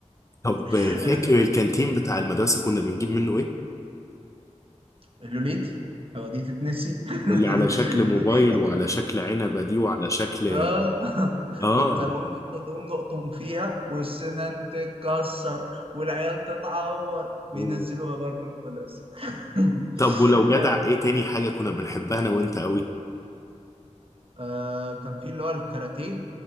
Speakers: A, on the left; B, on the right.
A: طب
B: <laughs>
A: فاكر
B: انا فاكر
A: الكانتين بتاع المدرسة كنا بنجيب منه ايه؟
B: اللوليت هو دي تتنسي
A: اللي على
B: <laughs>
A: شكل
B: اللوليت
A: موبايل وعلى شكل عنبة دي وعلى شكل
B: اه <laughs>
A: اه
B: كنت هنقوم نفضل نقوم نقطم فيها والسنان تتكسر والعيال تتعور وينزلوها
A: و-
B: برضه من المدرسة <laughs>
A: طب ولو جدع
B: يعني
A: ايه تاني حاجة كنا بنحبها انا وانت قوي
B: آه كان في اللي هو الكاراتيه